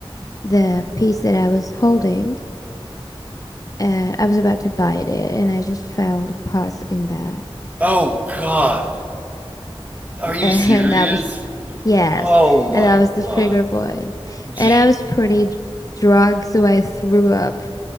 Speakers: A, on the left (about 35°); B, on the right (about 15°).
A: the piece that I was holding, and I was about to bite it, and I just found a pus in that,
B: Oh God, are
A: <laughs>
B: you
A: and
B: serious?
A: that was yes,
B: Oh my
A: and that was the
B: God.
A: trigger point,
B: <laughs>
A: and I was pretty d- drunk, so I threw up